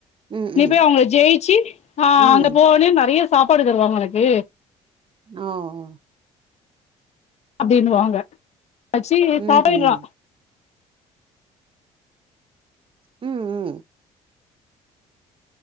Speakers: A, on the right; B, on the left.
A: ம்,
B: நீ
A: ம்.
B: போய் அவுங்கள ஜெய்ச்சு ஆ
A: ம்.
B: அங்க போனே நெறைய சாப்பாடு தருவாங்க ஒனக்கு
A: நௌ
B: அப்டின்னுவாங்க அச்சி
A: ம்ஹ்ம்.
B: பாயட்றா
A: ம் ம்